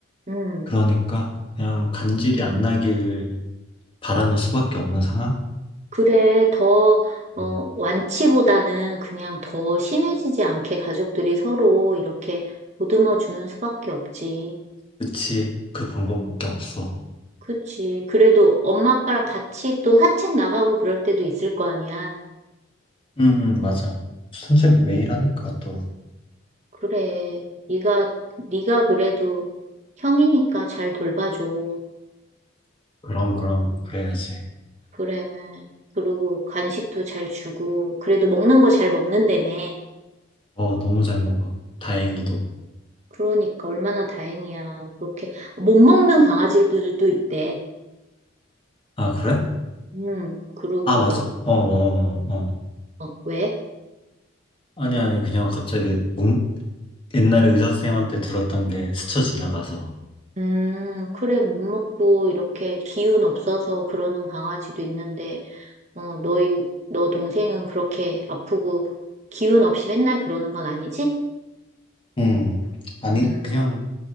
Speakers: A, on the right (about 35°); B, on the left (about 25°).
A: 음.
B: 그러니까 그냥 간질이 안 나길 바라는 수밖에 없는 상황?
A: 그래, 더, 어,
B: 음,
A: 완치보다는 그냥 더 심해지지 않게 가족들이 서로 이렇게 보듬어 주는 수밖에 없지.
B: 그치. 그 방법밖에
A: 음,
B: 없어.
A: 그치. 그래도 엄마 아빠랑 같이 또 산책 나가고 그럴 때도 있을 거 아니야.
B: 응, 응, 맞아. 산책
A: 음,
B: 매일 하니까 또.
A: 그래. 네가 네가 그래도 형이니까 잘 돌봐줘.
B: 그럼, 그럼. 그래야지.
A: 그래. 그리고 간식도 잘 주고 그래도 먹는 거 잘 먹는다며.
B: 어, 너무 잘 먹어. 다행히도.
A: 음, 그러니까 얼마나 다행이야. 그렇게 못 먹는 강아지들도 있대.
B: 아, 그래?
A: 음. 그러고
B: 아, 맞아.
A: 막
B: 어, 어, 어, 어.
A: 어, 왜?
B: 아니, 아니. 그냥 갑자기 몸- 옛날에 의사 선생님한테 들었던 게 스쳐 지나가서.
A: 음, 그래, 못 먹고 이렇게 기운 없어서 그러는 강아지도 있는데, 어, 너희, 너 동생은 그렇게 아프고 기운 없이 맨날 그러는 건 아니지?
B: 음, 아니,
A: 음,
B: 그냥